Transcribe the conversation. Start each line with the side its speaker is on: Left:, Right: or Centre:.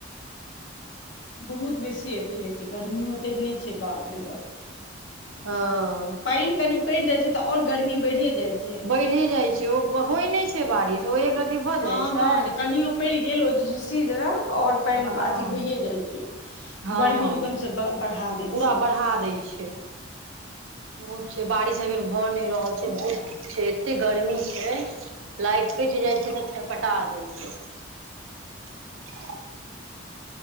Left: बहुत बेसी अथी हइ छै गर्मियो तेहने छै बाप रे बाप।
Right: हॅं।
Left: पाइन कनि पड़ि जाइ छै तऽ और गर्मी बैढ़े जाइ छैय।
Right: बैढ़े जाइ छैइ ओ होइ नहि छै बारिश ओ एक रती भऽ
Left: हँ
Right: जाइ छैई
Left: हँ जे कनियो पड़ि गेल ओ झिस्सी जेना त और पानि
Right: हँ
Left: अथी भईये जाय छै।
Right: हँ
Left: गर्मी एकदमसँ बढ़ा दै
Right: पूरा
Left: छै
Right: बढ़ा दैइ छैई। बहुत छै बारिश एहिबेर भऽ नहि रहल छैइ बहुत छैइ एते गर्मी छैइ। लाइट कटि जाइ छैइ तऽ छरपटा दै छैई।